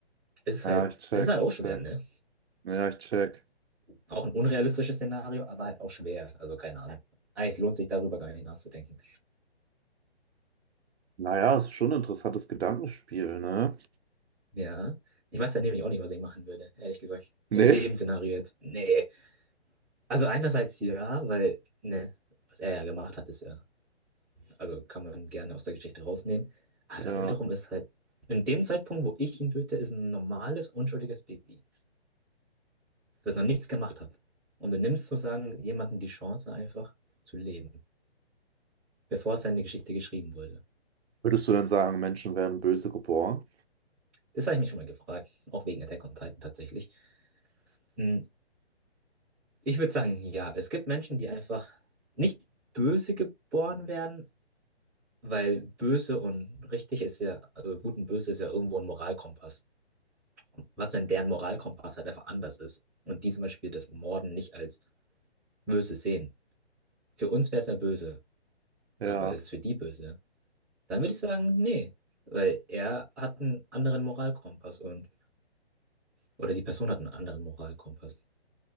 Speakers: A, in the centre; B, on the right (about 75°).
A: es ist
B: Ja,
A: halt,
B: ich check,
A: das ist halt
B: ich
A: auch schwer,
B: check.
A: ne?
B: Ja, ich check.
A: Auch ein unrealistisches Szenario, aber halt auch schwer. Also, keine Ahnung. Eigentlich lohnt sich darüber gar nicht nachzudenken.
B: Naja, ist schon ein interessantes Gedankenspiel, ne?
A: Ja. Ich weiß ja nämlich auch nicht, was ich machen würde, ehrlich gesagt.
B: Nee?
A: In dem Szenario jetzt. Nee. Also einerseits ja, weil, ne, was er ja gemacht hat, ist ja, also kann man gerne aus der Geschichte rausnehmen. Aber
B: Ja.
A: dann wiederum ist halt, in dem Zeitpunkt, wo ich ihn töte, ist ein normales, unschuldiges Baby, das noch nichts gemacht hat. Und du nimmst sozusagen jemandem die Chance, einfach zu leben, bevor seine Geschichte geschrieben wurde.
B: Würdest du denn sagen, Menschen werden böse geboren?
A: Das habe ich mich schon mal gefragt, auch wegen Attack on Titan tatsächlich. Hm, Ich würde sagen, ja, es gibt Menschen, die einfach nicht böse geboren werden, Weil böse und richtig ist ja, also gut und böse ist ja irgendwo ein Moralkompass. Was, wenn deren Moralkompass halt einfach anders ist und die zum Beispiel das Morden nicht als böse sehen? Für uns wäre es ja böse,
B: Ja.
A: aber ist es für die böse? Dann würde ich sagen, nee, weil er hat einen anderen Moralkompass und, oder die Person hat einen anderen Moralkompass.